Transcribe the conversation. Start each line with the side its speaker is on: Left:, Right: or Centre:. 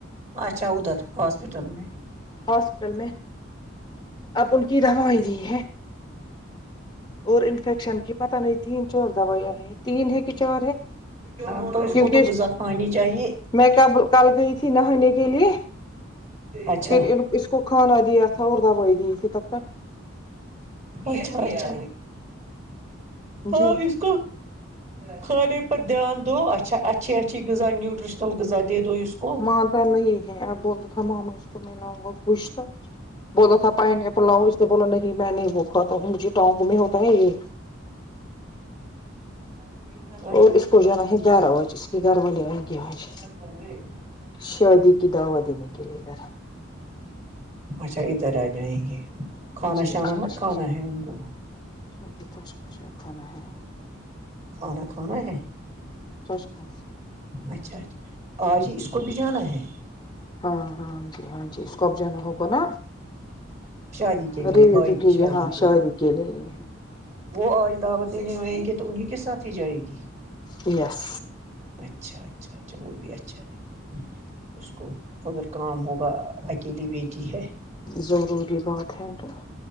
Right: اچھا ادھر ہاسپٹل میں
Left: ہاسپٹل میں اب ان کی دوا وہی ہے اور انفیکشن کی پتہ نہیں تین چار دوائیاں ہیں تین ہے کہ چار ہے
Right: ہاں تو اس
Left: کیونکہ
Right: کوتو غذا کھانی چاہیے
Left: میں کب کل گئی تھی نہانے کے لیے
Right: اچھا
Left: پھر اس کھانا دیا تھا اور دوائی دی تھی تب تک
Right: اچھا اچھا ہاں
Left: جی
Right: اس کو کھانے پر دھیان دو اچھا اچھی اچھی غذا نیوٹریشنل غذا دے دو اس کو
Left: مانتا نہیں ہے ا بولتا تھا ماما اس کو میں لاؤں گا پوچھتا بولتا تھا پائن ایپل لاؤ اس یہ بولا نہیں میں نہیں بو کاتا ہوں مجھے ٹاؤں گومی ہوتا ہے یہ
Right: اھر <unintelligible>
Left: اور اس کو جانا ہے گیارہ بجے اس کے گھر والے آئینگے آج
Right: ب جی <inaudible>
Left: شادی کی دعوت دینے کے لیے ادھر
Right: اچھا ادھر آ جائیں گے کھانا
Left: جی
Right: شانہ
Left: جی
Right: مت
Left: جی
Right: کھانا ہے ان کو
Left: نہیں کچھ پوچھے تو نہیں
Right: کھانا کھانا ہے
Left: توچ خاس ہے
Right: اچھا اچھا آج اس کو بھی جانا ہے
Left: ہاں ہاں جی ہاں جی اس کو بھی جانا ہوگا نا
Right: شادی کے لیے
Left: ارے <unintelligible>
Right: بھائی کی شادی
Left: یہاں
Right: کے
Left: شہادی
Right: لیے
Left: اکیلے ہے
Right: وہ آج دعوت دینے آئیں گے تو انہیں کے ساتھ ہی جائے گی
Left: یس
Right: اچھا اچھا جو بھی اچھا ہے اس کو ادر کام ہوگا اکیلی بیٹی ہے
Left: ضروری بات ہے تو